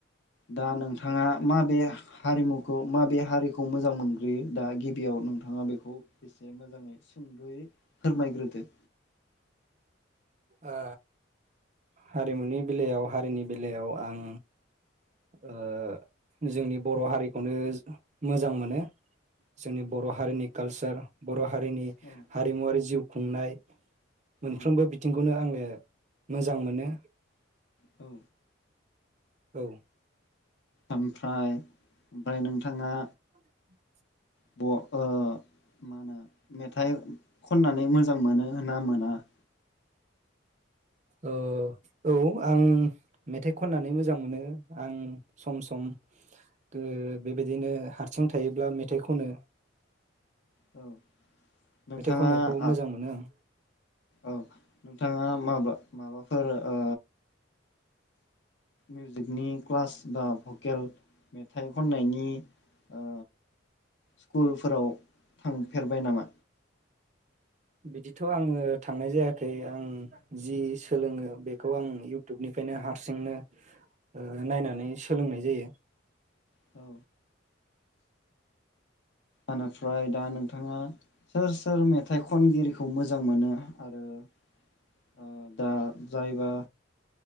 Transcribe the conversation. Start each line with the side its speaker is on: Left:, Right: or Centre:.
Left: दा नोंथाङा माबे हारिमुखौ माबे हारिखौ मोजां मोनग्रोयो दा गिबियाव नोंथांङा बेखौ एसे मोजांङै सुंदयै फोरमायग्रोदो?
Right: आ हारिमुनि बेलायाव हारिनि बेलायाव आं ओ जोंनि बर हारिखौनो मोजां मोनो। जोंनि बर
Left: औ
Right: हारिनि कालचार बर हारिनि
Left: औ
Right: हारिमुवारि जिउ खुंनाय मोनफ्रोमबो
Left: औ औ
Right: बि नो आंङो मोजां मोनो।
Left: औ
Right: औ
Left: ओमफ्राय ओमफ्राय नोंथांङा
Right: <inaudible>
Left: ब ओ मा होनो मेथाइ खननानै मोजां मोनो ना मोना? <inaudible>
Right: ओ औ आं मेथाइ खननानै मोजां मोनो आं सम सम ओ बेबायदिनो हारसिं थायोब्ला मेथाइ खनो।
Left: औ नोंथाङा
Right: मेथाइ खननायखौ
Left: आ
Right: मोजां मोनो आं।
Left: औ नोंथांङा माबा माबाफोर ओ मिउजिकनि क्लास बा भकेल मेथाइ खननायनि ओ स्कुलफोराव थांफेरबाय नामा?
Right: बिदिथ आंङो थांनाय जायाखै आं जि सोलोङो बेखौ आं इउटुबनिफ्रायनो हारसिंनो ओ नायनानै सोलोंनाय जायो।
Left: औ इनिफ्राय दा नोंथांङा सोर सोर मेथाइ खनगिरिखौ मोजां मोनो? आरो दा जायबा